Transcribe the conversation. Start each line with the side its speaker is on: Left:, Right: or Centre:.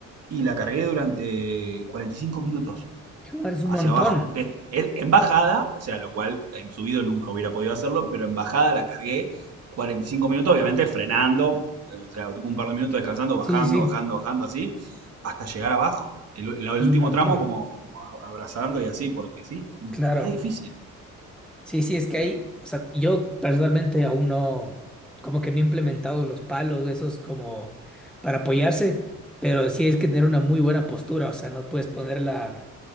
Right: y la cargué durante 45 minutos
Centre: Joder, Es un
Right: hacia
Centre: montón.
Right: abajo. De- en bajada, o sea, lo cual en subido nunca hubiera podido hacerlo, pero en bajada la cargué 45 minutos, obviamente frenando, eh, o sea, tipo un par de minutos descansando, bajando,
Centre: Sí, sí, sí.
Right: bajando, bajando, así, hasta llegar abajo. El, el-
Centre: Es
Right: último
Centre: un montón.
Right: tramo como, como abrazando y así, porque sí,
Centre: Claro.
Right: re difícil.
Centre: Sí, sí, es que hay, o sea, yo personalmente aún no, como que no he implementado los palos, esos como para apoyarse, pero sí es que tener una muy buena postura, o sea, no puedes ponerla,